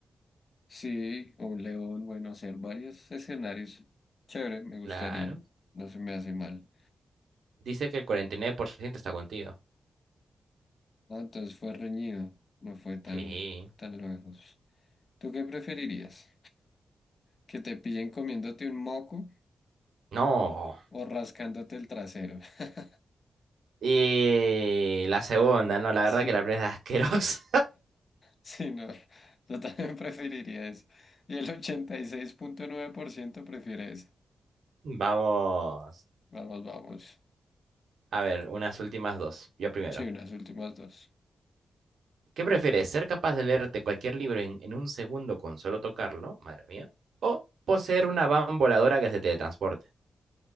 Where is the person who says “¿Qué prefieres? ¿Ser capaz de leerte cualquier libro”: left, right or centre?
Right